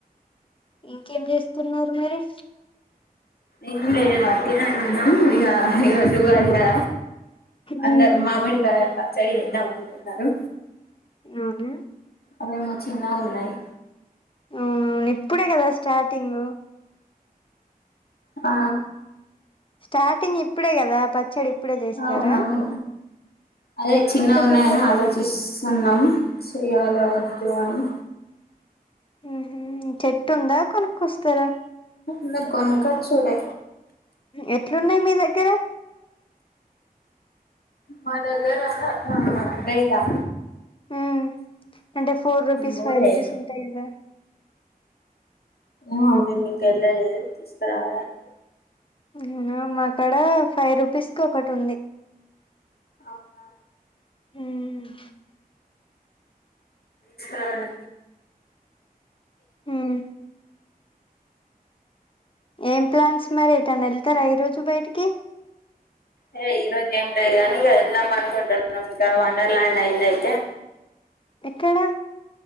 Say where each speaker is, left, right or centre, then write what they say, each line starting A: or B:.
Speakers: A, on the left; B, on the left.
A: ఇంకేం చేస్తున్నరు మరి
B: ఇంగేమా తినన్నా ఇగ ఈరోజు ఉగాది కద అందరు
A: ఉమ్
B: మామిడికాయ పచ్చడి చేద్దామంటున్నరు
A: అవున
B: అవేమో చిన్నగున్నయ్
A: ఆ ఇప్పుడే గదా స్టార్టింగ్
B: ఆ
A: స్టార్టింగ్ ఇప్పుడే కదా పచ్చడిప్పుడే చేస్తారా
B: అవునవును అదే చిన్నగా
A: ఇంత
B: ఉన్నాయని
A: తొందరగా
B: ఆలోచిస్తున్నాం చేయాలవద్దు అని
A: ఉ హు చెట్టు ఉందా కొనుక్కొస్తారా
B: ఇంగ కొనుక్కొచ్చు డే
A: ఎట్లున్నాయ్ మీ దగ్గర
B: మా దగ్గర రేట్ ఆ
A: ఉమ్ అంటే ఫోర్ రూపీస్
B: పోలే
A: ఫై రూపీస్ ఉంటాయి గద
B: ఆహ్ మీమ్మ్ ఇంక ఎళ్లలేదు తీసుకరావడానికి
A: <unintelligible> మ కాడ ఫైవ్ రూపీస్కికటి ఉంది
B: అవునా
A: ఉహ్మ్మ్
B: సారే
A: ఉమ్ ఏం ప్లాన్స్ మరి ఇటైనా ఎళ్తారా ఈరోజు బైటికి
B: హే ఈరోజు ఏం లేదు గాని వెళ్దామనుకుంటున్న వండర్ ల్యాండ్ అయిందయితే
A: ఎక్కడా